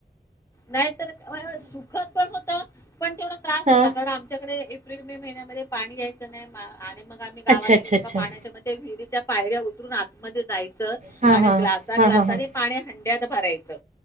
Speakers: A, on the left; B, on the right.
A: नाही तर होय-होय सुखद पण होत पण तेवढा त्रास
B: हा
A: होता कारण आमच्याकडे <unintelligible> एप्रिल मे महिन्यामध्ये पाणी यायचं नाही मा आणि मग आम्ही गावाला
B: अच्छा अच्छा
A: गेलो
B: अच्छा
A: का? पाण्याच्या म ते विहिरीच्या पायऱ्या ऊ उतरून आत मध्ये जायचं,
B: हा
A: आणि
B: हा
A: ग्लासा-ग्लासाने
B: हा हा हा
A: पाणी हांड त्यात भरायचं